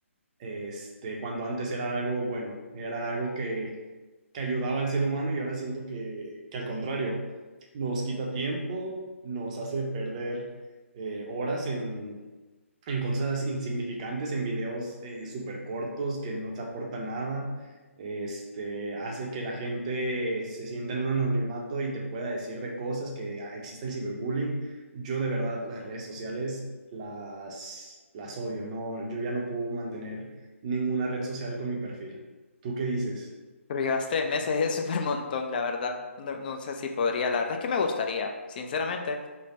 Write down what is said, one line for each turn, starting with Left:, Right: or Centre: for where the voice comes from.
Right: este, cuando antes era algo bueno, era algo que, que ayudaba al ser humano y ahora siento que, que al contrario, nos quita tiempo, nos hace perder eh, horas en, en cosas insignificantes, en videos eh, súper cortos que no te aportan nada. Este, hace que la gente se sienta en un anonimato y te pueda decir de cosas que ah, existe el ciberbullying. Yo de verdad las redes sociales las, las odio, no, yo ya no puedo mantener ninguna red social con mi perfil. ¿Tú qué dices?
Left: Pero llevas tres meses, es súper montón, la verdad. No, no sé si podría, la verdad es que me gustaría. Sinceramente,